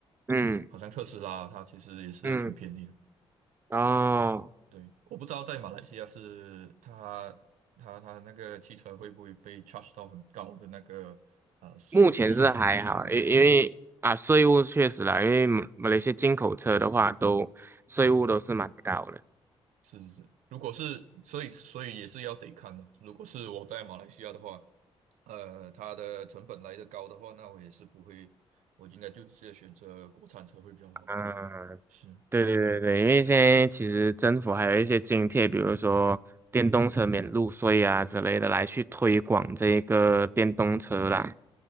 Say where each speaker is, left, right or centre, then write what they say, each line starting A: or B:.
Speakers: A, on the right; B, on the right.
A: 嗯
B: 好像特斯拉它其实也是挺便宜的。
A: 嗯，哦，
B: 对，我不知道在马来西亚是它它它那个汽车会不会被 charge 到很高的那个呃税税税务？
A: 目前是还好，因因为啊，税务确实啦，因为马马来西亚进口车的话都，税务都是蛮高的。
B: 是是是，如果是，所以所以也是要得看的。如果是我在马来西亚的话，呃，它的成本来的高的话，那我也是不会，我应该就直接选择国产车会比较好。
A: 嗯，
B: 是
A: 对对对对，因为现在其实政府还有一些津贴，比如说电动车免路税啊之类的，来去推广这一个电动车啦。